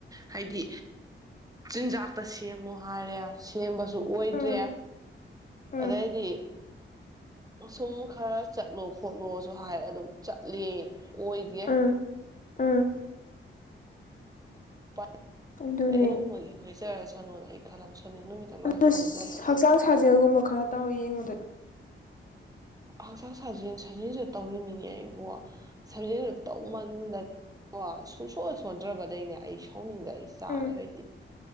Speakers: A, on the right (about 15°); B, on the left (about 40°).
A: ꯍꯥꯏꯗꯤ ꯆꯤꯟꯖꯥꯛꯇ ꯁꯦꯝꯃꯨ ꯍꯥꯏꯔꯦ ꯁꯦꯝꯕꯁꯨ ꯁꯨ ꯑꯣꯏꯗ꯭ꯔꯦ
B: ꯎꯝ ꯎꯝ
A: ꯑꯗꯩꯗꯤ ꯁꯨꯝ ꯈꯔ ꯆꯠꯂꯣ ꯈꯣꯠꯂꯣꯁꯨ ꯍꯥꯏ ꯑꯗꯣ ꯆꯠꯂꯤ ꯑꯣꯏꯗꯦ
B: ꯎꯝ ꯎꯝ
A: ꯑꯩ ꯎ
B: ꯑꯗꯨꯅꯦ
A: ꯑꯩ ꯑꯗꯨꯝ ꯅꯣꯏꯒꯤ ꯅꯣꯏꯖꯔ ꯁꯥꯅꯣꯅ ꯑꯩ ꯈꯜꯂꯝ ꯁꯣꯟꯅꯤꯡ ꯅꯨꯃꯤꯠꯇ ꯃꯥꯏ
B: ꯑꯗꯨ
A: ꯁꯣꯟꯖꯔꯅꯤ
B: ꯍꯛꯆꯥꯡ ꯁꯥꯖꯦꯜꯒꯨꯝꯕ ꯈꯔ ꯇꯧꯔ ꯌꯦꯡꯉꯨꯗꯅ
A: ꯍꯛꯆꯥꯡ ꯁꯥꯖꯦꯟ ꯁꯥꯖꯦꯟꯁꯨ ꯇꯧꯔꯤꯃꯤꯅꯦ ꯑꯩꯕꯣ ꯁꯥꯖꯦꯟꯁꯨ ꯇꯧꯃꯟꯗꯅ ꯑꯣ ꯁꯨꯡꯁꯣꯟ ꯁꯣꯟꯗ꯭ꯔꯕꯗꯩꯅꯦ ꯑꯩ ꯁꯥꯎꯅꯤꯡꯗ ꯑꯩ ꯆꯥꯔꯦ
B: ꯎꯝ
A: ꯍꯧꯏꯛꯇꯤ